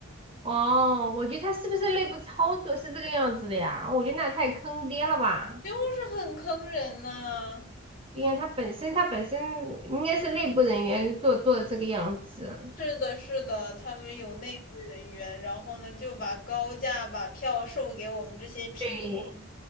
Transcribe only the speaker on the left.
就是很坑人呐、
是的，是的，他们有内部人员，然后呢就把高价把票售给我们这些平民。